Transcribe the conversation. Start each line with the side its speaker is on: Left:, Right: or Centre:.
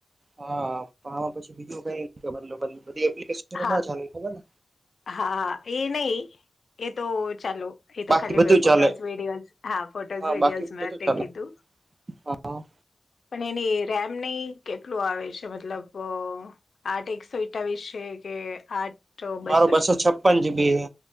Right: હા પછી બીજું કઈ બદલો બ બધી એપ્લિક
Left: હા
Right: ના ચ ખબર ને.
Left: હા હા એ નહી. એ તો ચાલો એ તો
Right: બાકી
Left: ખાલી
Right: બધું
Left: ફોટોસ
Right: ચાલે
Left: વિડીયોઝ હા ફોટોસ
Right: હા
Left: વિડીયોઝ
Right: બાકી બધું ચાલે
Left: કીધું.
Right: હા.
Left: પણ એની રેમ નહ કેટલું આવે છે મતલબ. આઠ એકસો એકાવસ છે કે આઠ બસ
Right: મારો બસો છપ્પન બે